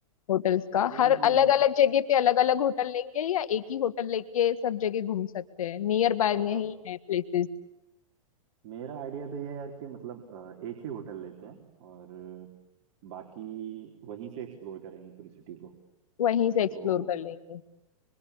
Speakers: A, on the left; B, on the right.
A: होटल्स का
B: यार
A: हर
B: मैं
A: अलग अलग जगह पे अलग अलग होटल लेंगे या एक ही होटल लेके सब जगह घूम सकते हैं नियर बाय
B: अ,
A: में ही है प्लेसेस
B: मेरा आइडिया तो ये है यार कि मतलब अ, एक ही होटल लेते हैं और बाकी वहीं से एक्सप्लोर करेंगे पूरी सिटी को
A: वहीं से एक्सप्लोर
B: तो
A: कर लेंगे